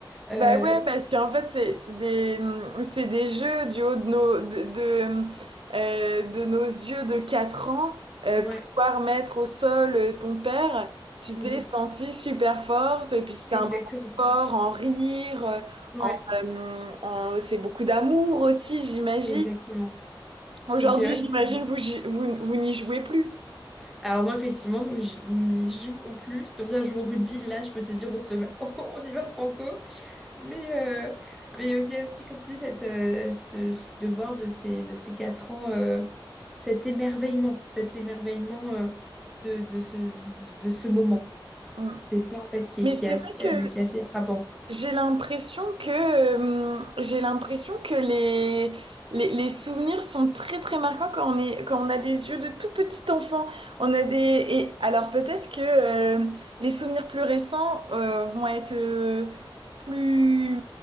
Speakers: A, in the centre; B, on the right.
A: Euh,
B: Bah ouais, parce qu'en fait, c'est c'est des, hum, c'est des jeux du haut de nos, de, de, hum, euh, de nos yeux de 4 ans. euh,
A: ouais,
B: pouvoir mettre au sol euh, ton père, tu
A: Mhm.
B: t'es sentie super forte. Et puis c'était
A: exactement.
B: un moment fort en rire, euh,
A: Ouais,
B: en, euh, en- c'est beaucoup d'amour aussi, j'imagine.
A: exactement.
B: Aujourd'hui,
A: Donc, euh, ouais,
B: j'imagine,
A: c'est-
B: vous, j'y- vous, vous n'y jouez plus.
A: Alors moi, effectivement, nous, j- nous n'y jouons plus. Si on vient jouer au rugby, là, je peux te dire, on se fait... ma- <laughs> on y va franco. Mais, euh, mais il y a aussi, aussi, comme tu dis, cette, euh, ce, ce devoir de ces, de ces quatre ans, euh, cet émerveillement, cet émerveillement euh, de, de ce, de, de ce moment.
B: Hum.
A: C'est ça, en fait, qui
B: Mais
A: est, qui
B: c'est
A: est assez,
B: vrai que
A: euh, qui est assez frappant.
B: J'ai l'impression que, euh, j'ai l'impression que les, les, les souvenirs sont très très marquants quand on est, quand on a des yeux de tout petit enfant. On a des, et alors peut-être que, euh, les souvenirs plus récents, euh, vont être, euh, plus,